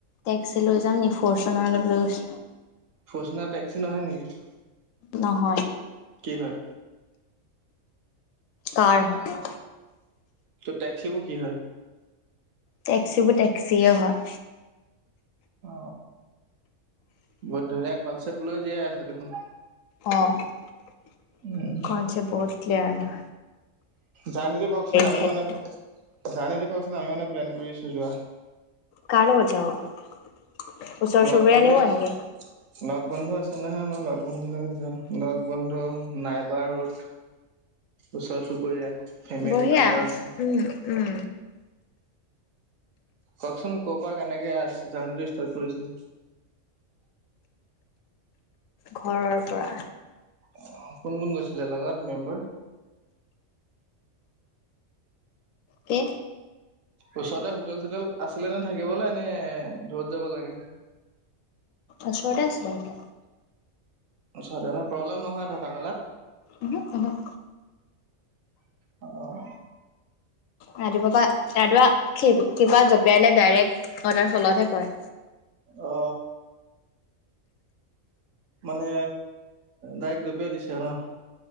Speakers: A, on the left; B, on the right.
A: টেক্সি লৈ যাম নি, ফৰচুনৰাৰ লৈ
B: ফৰচুনাৰ টেক্সি নহয় নেকি?
A: নহয়
B: কি হয়?
A: কাৰ হয়
B: তো' টেক্সিবোৰ কি হয়?
A: টেক্সিবোৰ টেক্সিয়ে হয়।
B: অ বহুত ধুনীয়া কনচেপ্ট লৈ জীয়াই আছে দেখোন।
A: অ কনচেপ্ট
B: উম
A: বহুত ক্লয়াৰ আমা
B: জানেতি কওকচোন আমিও
A: ক্ষেত্ৰত
B: মানে জানেতে কওকচোন আমি মানে প্লেন কৰি আছো যোৱা।
A: কাৰ লগত যাব? ওচৰ
B: লগ
A: চুবুৰীয়া
B: বন্ধু
A: নিব
B: আছে
A: নেকি?
B: লগ বন্ধু আছে নহয় মই লগ বন্ধুৰ লগত যাম। লগ বন্ধু নাইবাৰ সোত ওচৰ চুবুৰীয়া
A: বঢ়িয়া
B: মেম্বাৰ আছে
A: উম উম।
B: কওকচোন ক পৰা কেনেকে জাৰ্নিটো ষ্টাৰ্ট কৰিছিলে?
A: ঘৰৰ পৰা।
B: অহ কোন কোন গৈছিলে লগত মেম্বাৰ?
A: কি?
B: ওচতে হোটেল চোটেল আছিলে নে থাকিবলৈ নে দূৰত যাব লাগে?
A: ওচৰতে আছিলে তাতে।
B: ওচৰতে ন প্ৰব্লেম নহয় থকা মেলাত?
A: উহু উহু।
B: <unintelligible> অহ।
A: ৰাতিপুৱা পা ৰাধুৱা খিবি কিবা জপিয়ালে ডাইৰেক্ট অদাৰ ফলতহে পৰে।
B: অ। মানে দাইৰেক জপিয়াই দিছে ন?